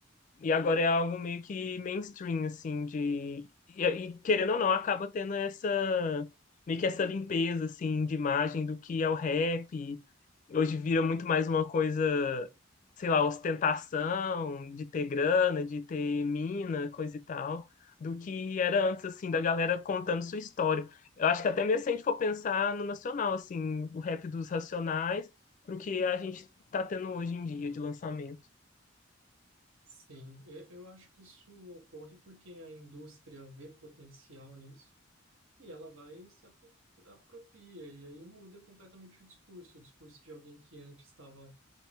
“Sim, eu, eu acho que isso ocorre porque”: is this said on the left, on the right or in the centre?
Right